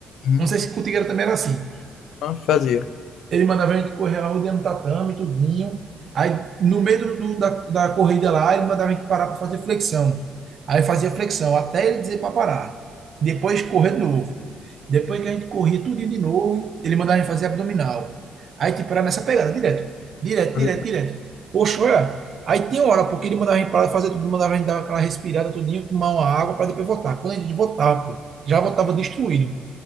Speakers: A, on the left; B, on the right.
A: uhum.
B: Não sei se contigo era, também era assim.
A: Ah, Fazia.
B: Ele mandava a gente correr a rua dentro do tatame, tudinho. Aí, no meio do, da, da corrida lá, ele mandava a gente parar para fazer flexão. Aí fazia flexão, até ele dizer para parar. Depois correr de novo. Depois que a gente corria tudo de novo, ele mandava a gente fazer abdominal. Aí, tipo, era nessa pegada, direto. Direto,
A: Uhum.
B: direto, direto. Poxa, olha. Aí tinha hora, porque ele mandava a gente parar de fazer tudo, mandava a gente dar aquela respirada tudinho, tomar uma água para depois voltar. Quando a gente voltava, pô, já voltava destruído.